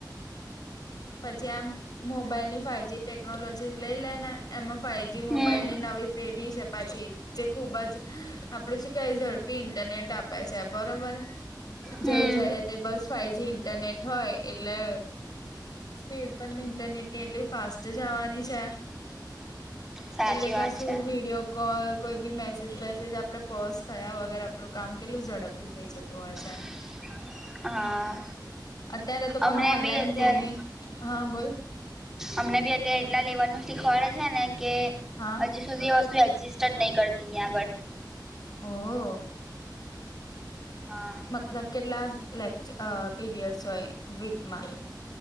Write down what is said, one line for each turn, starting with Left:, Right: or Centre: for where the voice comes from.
Left: પછી આમ મોબાઈલ ની ફાઈવજી ટેકનોલોજી લઈ લેને એમાં ફાઈવજી મોબાઈલની
Centre: હમ
Left: નવી પેઢી છે, પાછી જે ખુબ જ આપડે શું કેવાય ઝડપી ઇન્ટરનેટ આપે છે, બરોબર
Centre: હમ
Left: જઈ જાય તે બસ ફાઇવજી ઇન્ટરનેટ હોય, એટલે સ્પીડ પણ ઇન્ટરનેટ ની એટલી ફાસ્ટ જ આવવાની છે.
Centre: સાચી
Left: એટલે
Centre: વાત
Left: કસુ
Centre: છે
Left: વિડીયો કોલ, કોઈ બી મેસેજ બેસેજ આપડે પોઝ થયા વગર આપણું કામ કેટલું ઝડપથી થઈ જતું હોય છે.
Centre: <inaudible> હા
Left: અત્યારે તો પણ
Centre: અમને
Left: ઓનલાઈન
Centre: બી અત્યારે
Left: ગેમિંગ, હા બોલ
Centre: અમને બી અત્યારે એટલા લેવલ નું શીખવાડે છે, ને કે
Left: હા
Centre: હજી સુધી વસ્તુ રિસ્ટર નહી કરતી એ આગળ
Left: ઓ.. હો
Centre: હા
Left: મતલબ કેટલા લેકચ અ.. પીરિયડ્સ હોય, વીકમાં